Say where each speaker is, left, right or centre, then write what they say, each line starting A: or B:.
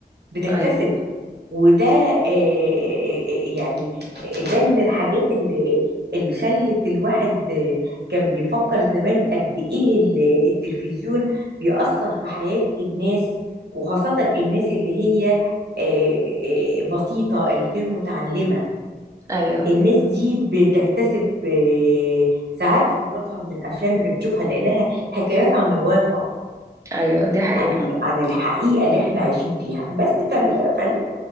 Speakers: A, on the right (about 80°); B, on the right (about 20°).
A: بتكتسب
B: أيوة
A: وده آه، يعني ده من الحاجات اللي اللي خلت الواحد آه، كان بيفكر زمان قد ايه ال- التلفزيون بيأثر في حياة الناس وخاصة الناس اللي هي آه، آه، بسيطة الغير متعلمة
B: أيوة
A: الناس دي بتكتسب آه، ساعات خبراتها من الافلام اللي بتشوفها لانها حكايات عن الواقع
B: أيوة دي حقيقة
A: عن عن الحقيقة اللي احنا عايشين فيها بس فال... فال...